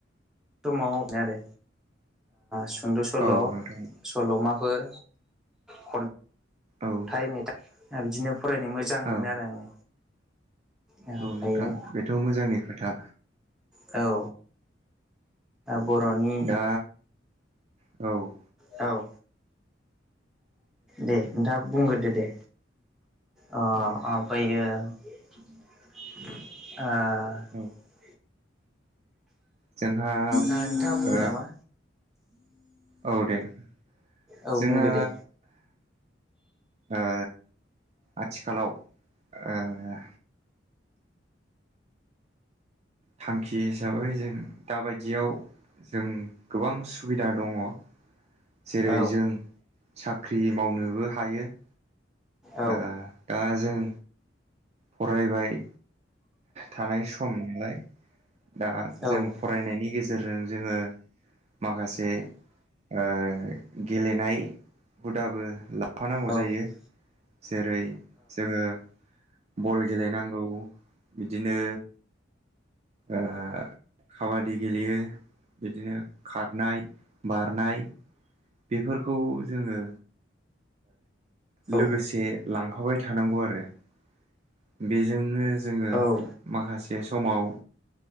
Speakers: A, in the centre; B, on the right (about 35°).
A: समाव आरो सुंद' सल'
B: औ नोंथां
A: सल'मा फोर खन्थाइ,
B: औ
A: मेथाइ बिदिनो फरायनो मोजां
B: औ
A: मोनो आरो आङो ओमफ्रायो
B: औ नोंथां बेथ' मोजांनि खोथा
A: औ बर'नि
B: दा औ
A: दाउ दे नोंथाङा बुंग्रोदो दे ओमफ्रायो
B: दे
A: <unintelligible>
B: औ जोंहा
A: आ नोंथांआ बुंदो
B: ओ
A: नामा
B: औ दे नोंथां
A: औ
B: जोंहा
A: बुंदो दे
B: ओ आथिखालाव ओ थांखि हिसाबै जों दाबायदियाव जों गोबां सुबिदा दङ । जेरै
A: औ
B: जों साख्रि मावनोबो हायो ।
A: औ
B: ओ दा जों फरायबाय थानाय सम नालाय । दा
A: औ
B: जों फरायनायनि गेजेरजों जोङो माखासे ओ गेलेनाय हुदाबो लाफानांगौ
A: औ
B: जायो । जेरै जोङो बल गेलेनांगौ । बिदिनो ओ खाबादि गेलेयो बिदिनो खारनाय बारनाय बेफोरखौ जोङो लोगोसे
A: औ
B: लांफाबाय थानांगौ आरो । बेजोंनो जोङो
A: औ
B: माखासे समाव